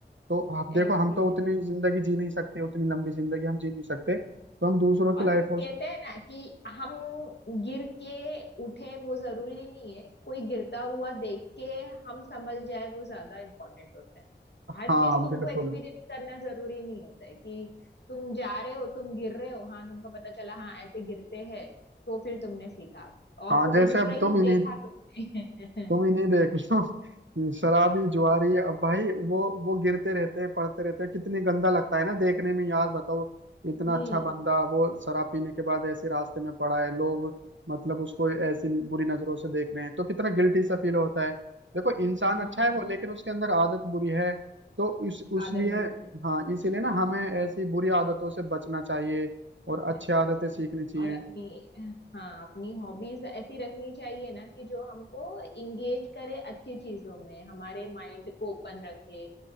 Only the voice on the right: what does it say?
तो आप देखो
हम तो उतनी जिंदगी जी नहीं सकते उतनी लंबी जिंदगी हम जी नहीं सकते तो हम दूसरों की
लाइफ
हाँ
बिल्कुल
हाँ
जैसे
अब
तुम इन्हीं
तुम
इन्हीं देख लो शराबी जुआरी अब भाई वो वो गिरते रहते हैं पड़ते रहते हैं कितनी गंदा लगता है ना देखने में यार बताओ इतना
अच्छा बंदा वो शराब पीने के बाद ऐसे रास्ते में पड़ा है लोग मतलब उसको ऐसी बुरी नजरों से देख रहे हैं तो कितना गिल्टी सा फील होता है देखो इंसान
अच्छा है वो लेकिन उसके अंदर आदत बुरी है तो इस उसलिए
हाँ इसीलिए ना हमें ऐसी बुरी आदतों से बचना चाहिए और
अच्छी आदतें
सीखनी चाहिए